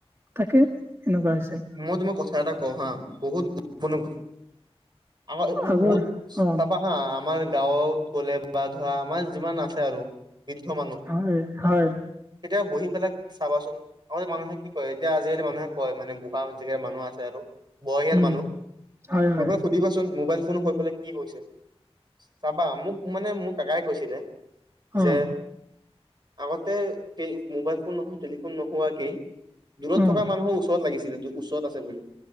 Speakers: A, on the right; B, on the right.
A: তাকে এনেকুৱা হৈছে
B: মই তোমাক কথা এটা কওঁ হা, বহুত গুৰুত্বপূৰ্ণ কথা আমাৰ উ উ
A: আগৰ
B: বহুত
A: অ
B: চাবা হা আমাৰ গাঁৱত গ'লে বা ধৰা আমাৰ যিমান আছে আৰু বৃদ্ধ মানুহ
A: হয় হয়
B: কেতিয়াও বহি পেলাক চাবাচোন, আগতে মানুহে কি কৰে এতিয়া আজিকালি মানুহে হয় মানে বুঢ়া জেগাৰ মানুহ আছে আৰু। বয়সিয়াল
A: উম
B: মানুহ,
A: হয় হয়
B: গৈ পেলাই সুধিবাচোন মোবাইল ফোনো হৈ পেলাই কি হৈছে? চাবা মোক মানে মোৰ কাকাই কৈছিলে,
A: অ
B: যে আগতে তে মোবাইল ফোন নহোৱা টেলিফোন নোহোৱাকে। দূৰত
A: অ
B: থকা মানুহো ওচৰত লাগিছিলে ওচৰত আছে বুলি।